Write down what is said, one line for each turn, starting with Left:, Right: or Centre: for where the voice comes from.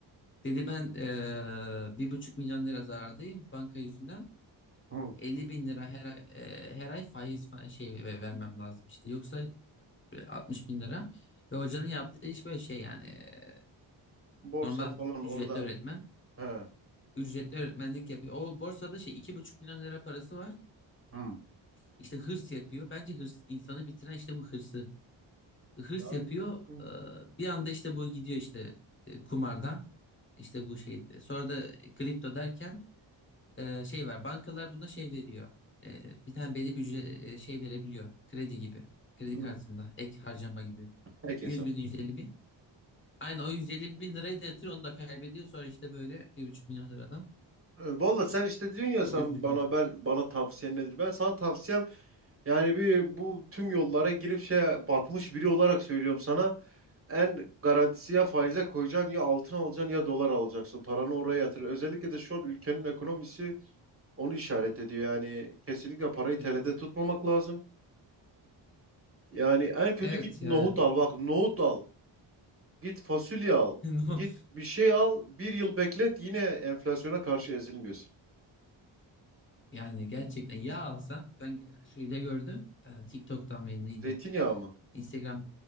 Left: Dedi ben eee, bir buçuk milyon lira zarardayım banka yüzünden.
Right: hı.
Left: 50 bin lira her ay, eee, her ay faiz falan şey ve- vermem lazım işte. Yoksa e, 60 bin lira. Ve hocanın yaptığı iş böyle şey yani e,
Right: Borsa
Left: normal
Right: falan
Left: ücretli
Right: orada.
Left: öğretmen.
Right: He.
Left: Ücretli öğretmenlik yapıyor. O borsada şey iki buçuk milyon lira parası var.
Right: Hı.
Left: İşte hırs yapıyor. Bence hırs insanı bitiren işte bu hırsı. Hırs
Right: Ya,
Left: yapıyor.
Right: hı,
Left: e, Bir anda işte bu gidiyor işte e, kumardan. İşte bu şey. Sonra da kripto derken e, şey var. Bankalar buna şey veriyor. E, Bir tane belli bir ücre- e, şey verebiliyor. Kredi gibi. Kredi
Right: hı.
Left: kartında ek harcama gibi.
Right: Peki
Left: Yüz bin 150 bin. Aynı o 150 bin lirayı da yatırıyor onu da kaybediyor. Sonra işte böyle bir buçuk milyon liradan.
Right: E, Valla sen işte diyorsun ya
Left: Çok
Right: sen
Left: üzücü
Right: bana
Left: yani.
Right: ben bana tavsiyen nedir? Ben sana tavsiyem yani bir bu tüm yollara girip şey batmış biri olarak söylüyorum sana. En garantisi ya faize koyacaksın ya altın alacaksın ya dolar alacaksın. Paranı oraya yatır. Özellikle de şu an ülkenin ekonomisi onu işaret ediyor. Yani kesinlikle parayı TL'de
Left: Evet.
Right: tutmamak lazım. Yani en kötü
Left: Evet
Right: git nohut
Left: yani.
Right: al. Bak nohut al. Git fasulye al.
Left: <laughs> No-
Right: Git bir şey al. Bir yıl beklet yine enflasyona karşı ezilmiyorsun.
Left: Yani gerçekten yağ alsan ben şeyde gördüm e, TikTok'tan mı neydi
Right: Zeytinyağı mı?
Left: Instagram